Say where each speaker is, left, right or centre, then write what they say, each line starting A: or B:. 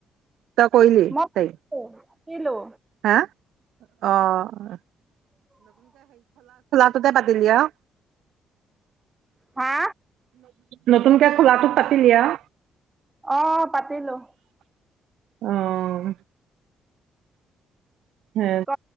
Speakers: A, on the right; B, on the right.
A: তই কৰিলি
B: মই পাতি
A: তাইক?
B: পাতিলো।
A: হা? অ' সতে পাতিলি আউ।
B: হা
A: নতুনকে খোলাটোত পাতিলি আউ
B: অ পাতিলো।
A: উম উ
B: ক